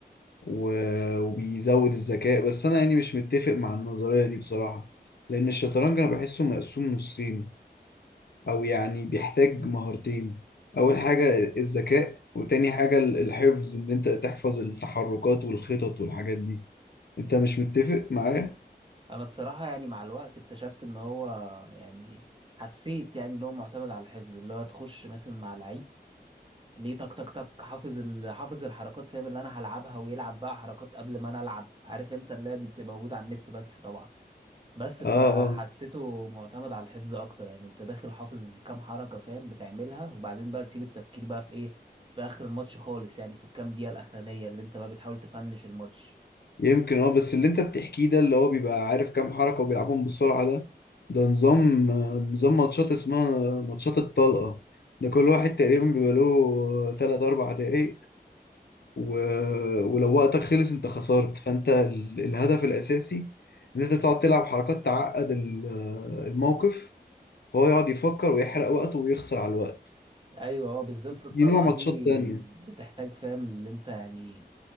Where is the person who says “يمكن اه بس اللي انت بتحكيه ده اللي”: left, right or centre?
Left